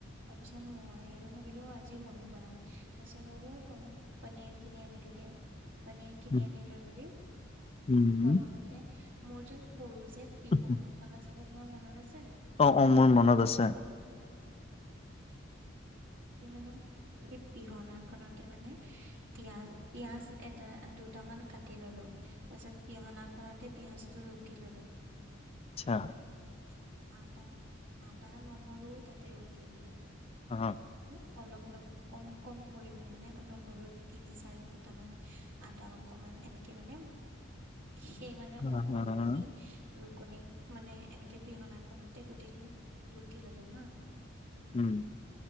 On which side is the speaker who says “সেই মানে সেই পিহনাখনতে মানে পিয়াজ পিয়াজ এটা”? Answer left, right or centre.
Right